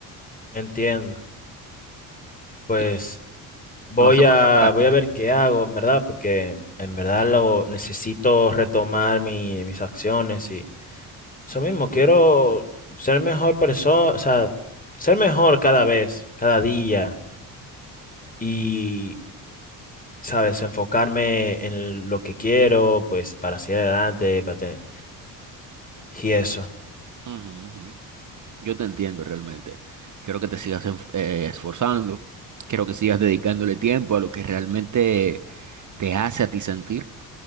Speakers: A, on the left; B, on the right.
A: Entiendo. Pues
B: Y
A: voy
B: lo vas a
A: a,
B: poner en práctica.
A: voy a ver qué hago, en verdad, porque en verdad lo necesito retomar mi- mis acciones y Eso mismo, quiero ser mejor persona, o sea, ser mejor cada vez, cada día y, ¿sabes? Enfocarme en lo que quiero, pues, para seguir adelante, para tener- y eso.
B: Ujú, ujú. Yo te entiendo realmente. Quiero que te sigas enf- eh, esforzando. Quiero que sigas dedicándole tiempo a lo que realmente te hace a ti sentir.